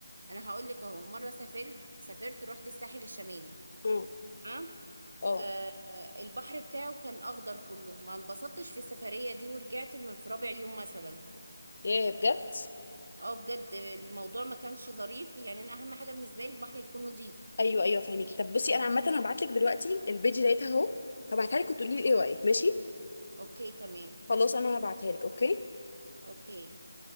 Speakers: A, on the right; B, on the left.
A: انا هقول لك اهو مرة سافرت سافرت رحت الساحل الشمالي
B: اه
A: تمام
B: اه
A: آه آه، البحر بتاعه كان اخضر كله ما انبسطتش في السفرية دي ورجعت من في رابع يوم مثلا
B: ياه بجد
A: اه بجد الموضوع ما كانش ظريف يعني انا اهم حاجه بالنسبه لي البحر يكون نظيف
B: ايوه ايوه فاهمكي طب بصي انا عامه هبعت لك دلوقتي البيج ديتها اهو هبعتها لك وتقولي لي ايه رايك ماشي
A: اوكي تمام
B: خلاص انا هبعتها لك اوكي
A: اوكي